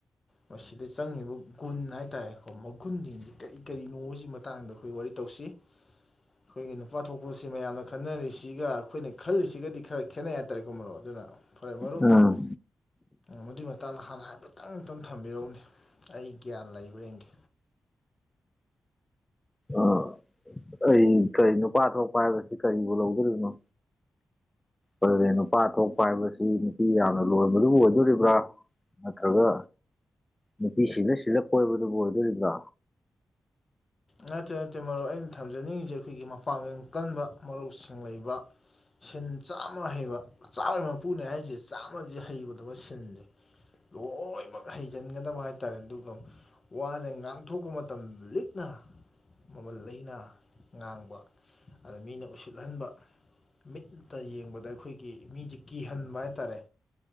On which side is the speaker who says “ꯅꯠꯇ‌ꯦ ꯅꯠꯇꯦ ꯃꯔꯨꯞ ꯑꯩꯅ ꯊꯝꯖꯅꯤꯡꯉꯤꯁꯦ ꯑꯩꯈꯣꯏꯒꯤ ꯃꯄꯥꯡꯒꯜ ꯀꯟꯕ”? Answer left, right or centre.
Left